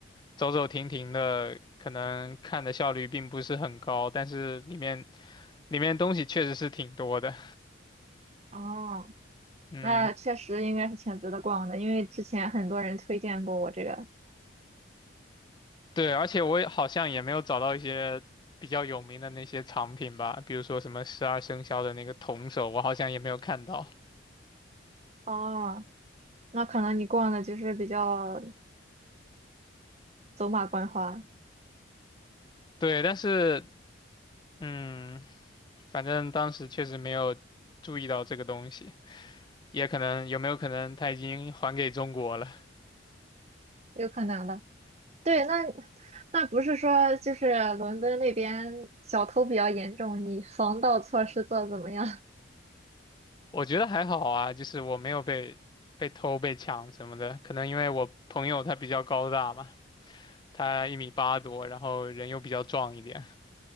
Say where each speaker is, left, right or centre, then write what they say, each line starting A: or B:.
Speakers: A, on the left; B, on the right.
A: 走走停停的，可能看的效率并不是很高，但是里面里面东西确实是挺多的。
B: 哦，
A: 嗯，
B: 那确实应该是挺值得逛的，因为之前很多人推荐过我这个。
A: 对，而且我也好像也没有找到一些比较有名的那些藏品吧，比如说什么十二生肖的那个铜首，我好像也没有看到。
B: 哦，那可能你逛的就是比较走马观花，
A: 对，但是嗯，反正当时确实没有注意到这个东西，也可能有没有可能他已经还给中国了。
B: 有可能的。对，那那不是说就是伦敦那边小偷比较严重，你防盗措施做得怎么样？
A: 我觉得还好啊，就是我没有被被偷、被抢什么的，可能因为我朋友他比较高大嘛，他一米八多，然后人又比较壮一点。